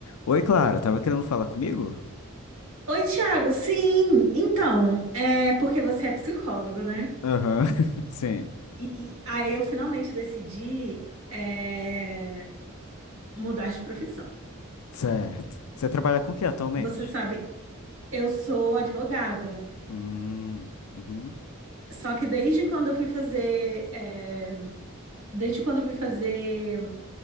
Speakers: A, on the left; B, on the right.
A: Oi, Clara, tava querendo falar comigo?
B: Oi, Thiago. Sim, então, é porque você é psicólogo, né?
A: Aham, <laughs> Sim.
B: E aí eu finalmente decidi é, mudar de profissão.
A: certo. Você trabalha com o que atualmente?
B: Você sabe, eu sou advogada.
A: Hum, uhum,
B: Só que desde quando eu fui fazer, é, desde quando eu fui fazer